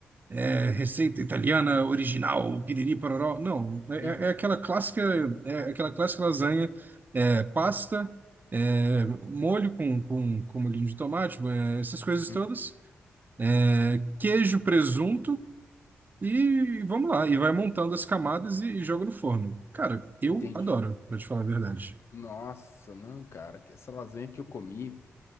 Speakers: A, on the right; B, on the left.
A: é, receita italiana original, piriri pororó. Não, é,
B: uhum,
A: é é aquela clássica, é é aquela clássica lasanha, é, pasta, é, molho com, com, com molhinho de tomate, é, essas coisas
B: uhum,
A: todas, é, queijo, presunto e vamos lá. E vai montando as camadas e, e joga no forno. Cara, eu
B: entendi.
A: adoro, pra te falar a verdade.
B: Nossa, não, cara, que essa lasanha que eu comi.